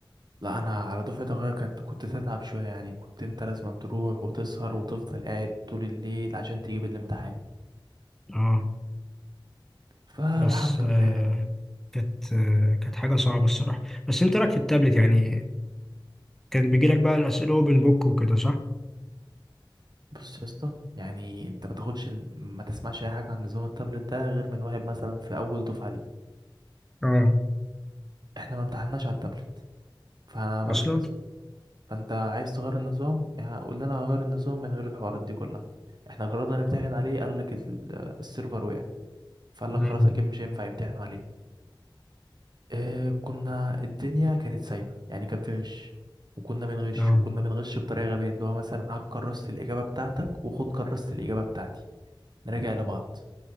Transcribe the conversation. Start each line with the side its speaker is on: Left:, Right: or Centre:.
Right: لا انا على دفعه اخويا كنت كنت تتعب شويه يعني كنت انت لازم تروح وتسهر وتفضل قاعد طول الليل عشان تجيب الامتحان
Centre: اه
Right: فالحمد
Centre: بس آه
Right: لله
Centre: كانت آه كانت حاجه صعبه الصراحه بس انت إيه رايك في التابلت يعني كان بيجي لك بقى الاسئله اوبن بوك وكده صح
Right: بص يا اسطى يعني انت ما تاخدش ما تسمعش اي حاجه عن نظام التابلت ده غير من واحد مثلا في اول دفعه ليه
Centre: اه
Right: احنا ما امتحناش على التابلت فانا ملوش
Centre: اصلا
Right: لازمه فانت عايز تغير النظام يعني قول لنا هغير النظام من غير الحوارات دي كلها احنا جربنا نمتحن عليه قال لك ال- السيرفر وقع فقال لك
Centre: امم
Right: خلاص اكيد مش هينفع يمتحنوا عليه آه كنا الدنيا كانت سايبه يعني كان في غش وكنا بنغش
Centre: اه
Right: وكنا بنغش بطريقه غبيه اللي هو مثلا هات كرست الاجابه بتاعتك وخد كرست الاجابه بتاعتي نراجع لبعض